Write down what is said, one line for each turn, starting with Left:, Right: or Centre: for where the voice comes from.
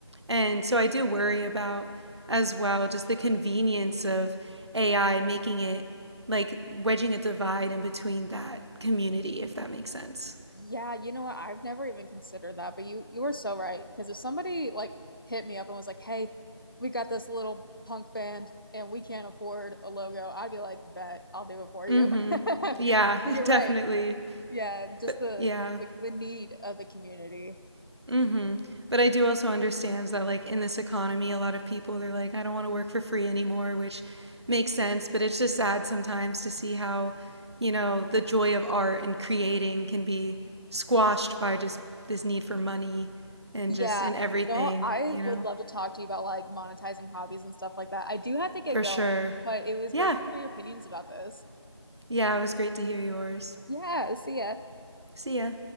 Right: And so I do worry about as well just the convenience of AI making it like wedging a divide in between that community, if that makes sense.
Left: Yeah, you know what? I've never even considered that, but you you were so right. Because if somebody like hit me up and was like, "Hey, we got this little punk band and we can't afford a logo," I'd be like, "Bet I'll do it for
Right: hmm.
Left: you." <laughs>
Right: Yeah,
Left: So you're
Right: <laughs> definitely.
Left: right. Yeah, just
Right: But
Left: the
Right: yeah.
Left: like the need of the community.
Right: hmm But I do also understand that, like, in this economy, a lot of people, they're like, I don't want to work for free anymore, which makes sense. But it's just sad sometimes to see how, you know, the joy of art and creating can be squashed by just this need for money and
Left: Yeah.
Right: just in everything,
Left: No, I
Right: you
Left: would
Right: know,
Left: love to talk to you about like monetizing hobbies and stuff like that. I do have to get
Right: for
Left: going,
Right: sure.
Left: but it was
Right: Yeah.
Left: great to hear your opinions about this.
Right: Yeah. It was great to hear yours.
Left: Yeah, see ya.
Right: See ya.